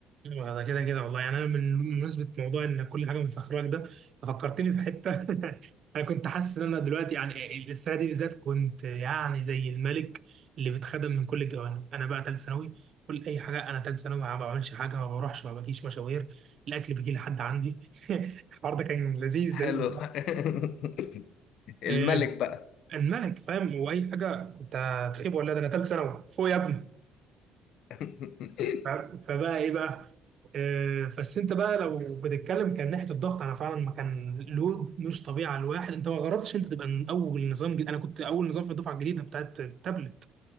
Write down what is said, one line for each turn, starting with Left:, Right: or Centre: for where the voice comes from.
Right: ايوه ده كده كده والله يعني انا من بمناسبه موضوع ان كل حاجه مسخرك ده فكرتني في حته <laughs> انا كنت حاسس ان انا دلوقتي يعني السنه دي بالذات كنت يعني زي الملك اللي بيتخدم من كل الجوانب انا بقى ثالث ثانوي كل اي حاجه انا ثالث ثانوي ما بعملش حاجه ما بروحش ما باجيش مشاوير الاكل بيجي لحد عندي <laughs> الحوار ده كان لذيذ
Left: حلو
Right: لذيذ
Left: <laughs> الملك
Right: آه،
Left: بقى
Right: الملك فاهم واي حاجه انت تخيب ولا ده انا ثالث ثانوي فوق يا ابني
Left: <laughs>
Right: ف- فبقى ايه بقى آه، بس انت بقى لو بتتكلم كان ناحيه الضغط انا فعلا ما كان لود مش طبيعي على الواحد انت ما جربتش انت تبقى من اول نظام جديد انا كنت اول نظام في الدفعه الجديده بتاعت التابلت